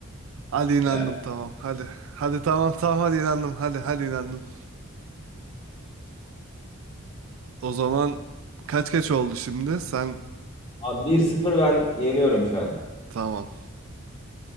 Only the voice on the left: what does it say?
<laughs>
Evet.
Abi 1-0 ben yeniyorum şu an.